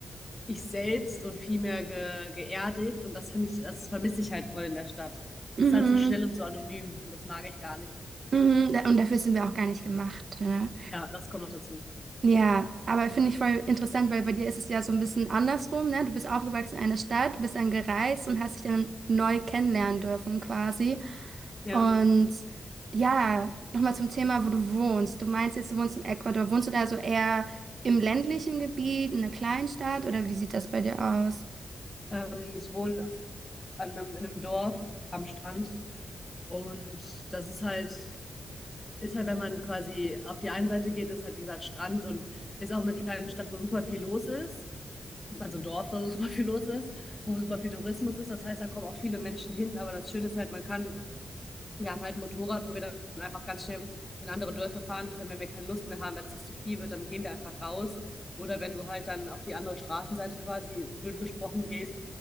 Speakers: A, on the left (about 15°); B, on the right (about 50°).
A: ich selbst und viel mehr ge, geerdigt. Und das finde ich, das vermisse ich halt voll in der Stadt. Das
B: Mhm.
A: ist alles so schnell und so anonym und das mag ich gar nicht.
B: Mhm. Da- Und dafür sind wir auch gar nicht gemacht. Ne?
A: Ja, das kommt noch dazu.
B: Ja, aber finde ich voll interessant, weil bei dir ist es ja so ein bisschen andersrum, ne? Du bist aufgewachsen in einer Stadt, bist dann gereist und hast dich dann neu kennenlernen dürfen quasi.
A: Ja,
B: Und ja, nochmal zum Thema, wo du wohnst. Du meinst jetzt, du wohnst in Ecuador. Wohnst du da so eher im ländlichen Gebiet, in einer Kleinstadt oder wie sieht das bei dir aus?
A: ähm, ich wohne an einem, in einem Dorf am Strand. Und das ist halt, ist halt, wenn man quasi auf die eine Seite geht, ist halt, wie gesagt, Strand und ist auch eine kleine Stadt, wo super viel los ist. Also ein Dorf, wo super viel los ist, wo super viel Tourismus ist. Das heißt, da kommen auch viele Menschen hin. Aber das Schöne ist halt, man kann wir haben halt ein Motorrad, wo wir dann einfach ganz schnell in andere Dörfer fahren können, wenn wir keine Lust mehr haben. Wenn es das zu viel wird, dann gehen wir einfach raus. Oder wenn du halt dann auf die andere Straßenseite quasi blöd gesprochen gehst,